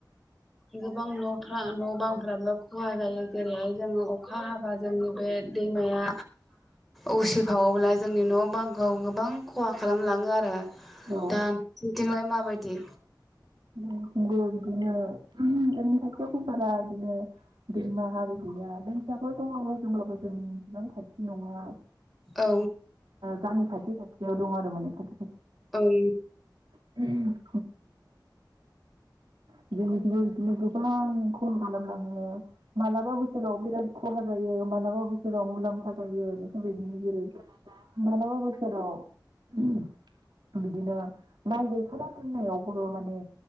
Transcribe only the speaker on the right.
औ
<unintelligible> <unintelligible> गैया दैंसाफोर दङबो जोंब्लाबो जोंनि इसेबां खाथि नङा।
गामि खाथि खाथि दङ आरो माने खाथि
<unintelligible> <inaudible> जोंनिथिबो बिदिनो गोबां खहा खालामलाङो, मालाबा बोसोराव बिराद खहा जायो मालाबा बोसोराव मुलाम्फा जायो। बेबायदिनो जेरै सोराव <inaudible> बिदिनो माइ गायखाना दोननायावबो माने